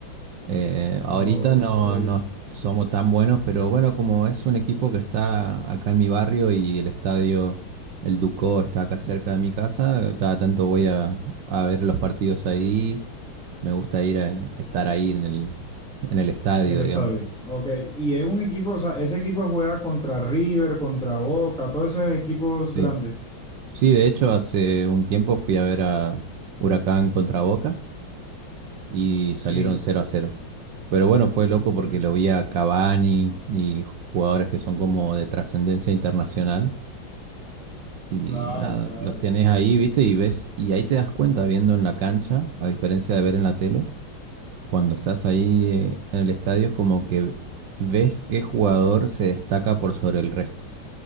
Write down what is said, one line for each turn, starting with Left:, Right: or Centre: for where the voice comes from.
Right: Eh, ahorita
Centre: Ok,
Right: no,
Centre: en
Right: no somos tan buenos, pero bueno, como es un equipo que está acá en mi barrio y el estadio, el Ducó, está acá cerca de mi casa, cada tanto voy a, a ver los partidos ahí. Me gusta ir a estar ahí en el, en el estadio,
Centre: el estadio.
Right: digamos.
Centre: Ok, y es un equipo, o sea, ese equipo juega contra River, contra Boca, todos esos equipos grandes.
Right: Sí, sí, de hecho hace un tiempo fui a ver a Huracán contra Boca y salieron
Centre: Sí.
Right: cero a cero. Pero bueno, fue loco
Centre: Mm,
Right: porque lo vi a Cavani y jugadores que son como de trascendencia internacional. Y
Centre: Claro,
Right: nada,
Centre: claro,
Right: los tenés
Centre: claro.
Right: ahí, viste, y ves, y ahí te das cuenta viendo en la cancha, a diferencia de ver en la tele, cuando estás ahí eh, en el estadio es como que ves qué jugador se destaca por sobre el resto.